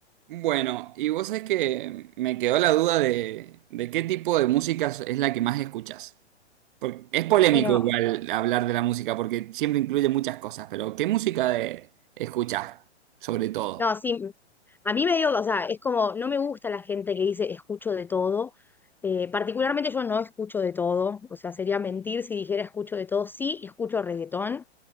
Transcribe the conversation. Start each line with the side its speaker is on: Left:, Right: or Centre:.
Right: Bueno, y vos sabés que me quedó la duda de, de qué tipo de música es la que más escuchás. Porque es polémico
Centre: Bueno,
Right: igual hablar de la música, porque siempre incluye muchas cosas, pero ¿qué música de, escuchás, sobre todo?
Centre: no, sí, a mí me dio, o sea, es como, no me gusta la gente que dice escucho de todo. Eh, particularmente yo no escucho de todo, o sea, sería mentir si dijera escucho de todo. Sí, escucho reggaetón